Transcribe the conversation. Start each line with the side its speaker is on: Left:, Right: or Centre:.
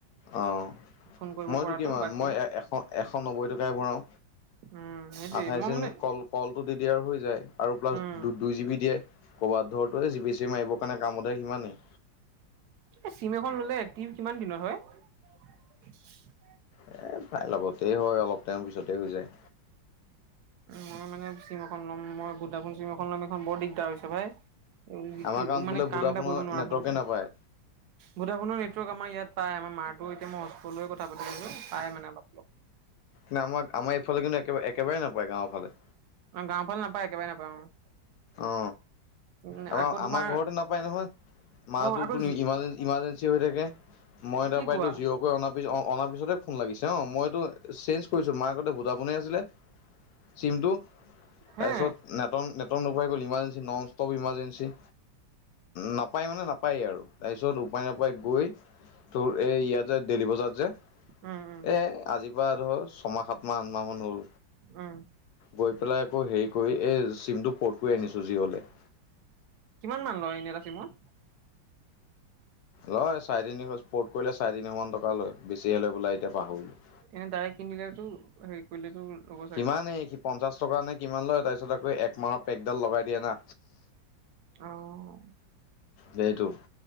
Left: অঁ'
Right: ফোন কৰিব
Left: মইতো
Right: পৰাটো
Left: কিমান
Right: বাকী
Left: মই এ এশ এশ নব্বৈ টকাহে ভৰাওঁ।
Right: উম' হেইতোৱেই,
Left: আঠাইছ
Right: মই
Left: দিন
Right: মানে-
Left: কল কলটো দি দিয়ে আৰু হৈ যায়। আৰু প্লাছ
Right: উম
Left: দু দুই জিবি দিয়ে, ক'ৰবাত ধৰ তোৰ জিবি চিবি মাৰিবৰ কাৰণে কামত আহে সিমানেই।
Right: এ, চিম এখন ল'লে এক্টিভ কিমান দিনত হয়? <inaudible>
Left: এ, প্ৰাই লগতে হয়, অলপ টাইম পিছতে হৈ যায়।
Right: মই মানে চিম এখন ল'ম, মই ভোডাফোন চিম এখন ল'ম, এইখন বৰ দিগদাৰ হৈছে ভাই।
Left: আমাৰ
Right: কি
Left: গাঁৱত
Right: মানে
Left: বোলে ভোডাফোনৰ
Right: কাম এটা কৰিব নোৱাৰ
Left: নেটৱৰ্কে
Right: ভালকে।
Left: নাপায়
Right: ভোডাফোনৰ নেটৱৰ্ক আমাৰ ইয়াত পায়। আমাৰ মাৰটো এতিয়া মই হটস্পট লৈ কথা পাতি আছোঁ, পায় মানে অলপ অলপ।
Left: না আমাক, আমাৰ এইফাল কিন্তু একেবাৰে একবাৰে নাপায় গাঁৱৰ ফালে।
Right: অ' গাঁৱৰফালে নাপায়, একেবাৰে নাপায় অ'।
Left: অ'
Right: উম
Left: তাৰপা
Right: আকৌ তোমাৰ
Left: আমাৰ ঘৰতে নাপায় নহয়। মাৰটোতো
Right: অ আকৌ
Left: ইমাৰজে ইমাৰ্জেঞ্চি হৈ থাকে, মই
Right: কি
Left: তাৰ পৰা
Right: কোৱা
Left: এইটো জিঅ' কৰি অনা বুজিছ, অ-অনাৰ পিছতে ফোন লাগিছে। অ' মইটো চেন্স কৰিছোঁ, মাৰ আগতে ভোডাফোনে আছিলে চিমটো তাৰপিছত
Right: হে
Left: নেটন নেট টন নোপোৱাই হ'ল, ইমাৰজেঞ্চি, নন ষ্টপ ইমাৰজেঞ্চি। নাপায় মানে নাপায় আৰু তাৰপিছত উপায় নাপায় গৈ তোৰ এই ইয়াত যে দেলি বজাৰত যে
Right: উম উম
Left: এই আজিৰ পৰা ধৰ ছমাহ, সাতমাহ, আঠমাহমান হ'ল।
Right: উম
Left: গৈ পেলাই আকৌ হেৰি কৰি, এই চিমটো পট কৰি আনিছোঁ জিঅ'লে।
Right: কিমান মান লয় এনে এটা চিমত?
Left: লয় চাৰে তিনিশ, পৰ্ট কৰিলে চাৰে তিনিশ মান টকা লয়, বেছিহে লয় বোলে এতিয়া পাহৰিলোঁ।
Right: এনে ডাইৰেক্ট কিনিলেতো হেই কৰিলেতো লগত
Left: সিমানেই সি পঞ্চাশ টকা নে কিমান লয় তাৰপিছত আকৌ একমাহৰ পেকডাল লগাই দিয়ে না।
Right: অ'।
Left: সেইটো।